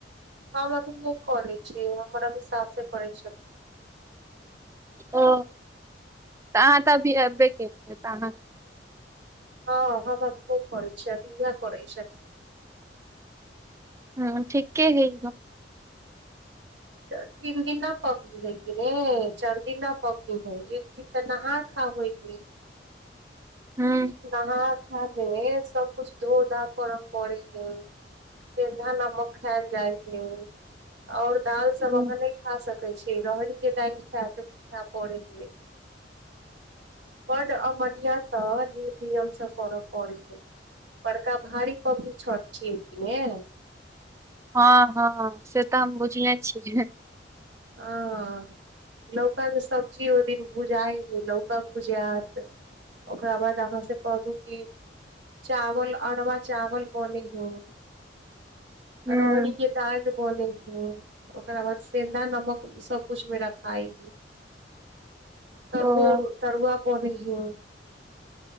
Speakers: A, on the right (about 75°); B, on the right (about 15°).
A: हम अभी नइ करै छियै हमर अभी साउसे करै छथिन
B: ओ तऽ अहाँ तऽ अभी अबे केलिय तऽ अहाँ
A: ह हम अभी नहि करै छियै अभी उहे करै छैथ
B: हँ ठीके है त
A: तीन दिना पबनी हैेक ह चारि दिना पबनी है एक दिन तऽ नहा खा होइ ह
B: हूँ
A: नहाँ खा मे सबकुछ धो धा करऽ पड़े है सेन्धा नमक खायल जाइ है आओर दाल सब
B: हूँ।
A: अहाँ नहि खा सक छ रहरी के दालि खेय पड़े हे बड अमन्य त नियम से करऽ पड़े हे बड़का भारी पबनी छठ छियै कि ने
B: हँ हँ से तऽ हम बुझिनेए छियै
A: हँ लौकाके सबजी ओहि दिन भुजाइ हइ लौका भुजायत ओकरा बाद अहाँसँ कह दू कि चावल अरवा चावल बनै हय। रहड़ी
B: हूँ
A: के दाइल बनै। ह ओकरा बाद सेंधा नम क सबकुछ मे रखाइ तरुआ
B: ओ
A: तरुआ बनै हे